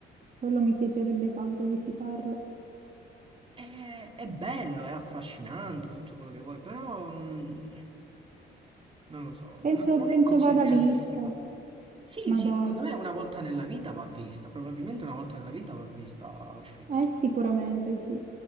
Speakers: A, on the right; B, on the right.
A: Quello mi piacerebbe tanto visitarlo.
B: È, è bello, è affascinante tutto quello che vuoi, però mm, non lo so, non,
A: Penso,
B: non è
A: penso
B: così
A: vada
B: realistico.
A: vista,
B: Sì,
A: ma
B: sì,
A: dai,
B: secondo me una volta nella vita va vista, probabilmente una volta nella vita va vista Auschwitz.
A: eh, sicuramente sì.